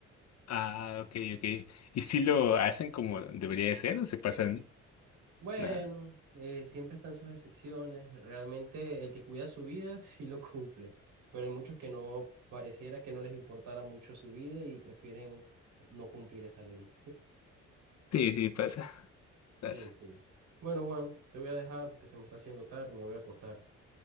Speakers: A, on the left; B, on the right.
A: Ah, ok, ok. ¿Y si lo hacen como debería de ser o se pasan?
B: Bueno,
A: Nah.
B: eh, siempre están sus excepciones. Realmente el que cuida su vida <laughs> sí lo cumple, pero hay muchos que no pareciera que no les importara mucho su vida y prefieren no cumplir esa ley.
A: Sí, sí, pasa, pasa.
B: Sí, sí. Bueno, Juan, te voy a dejar porque se me está haciendo tarde, me voy a acostar.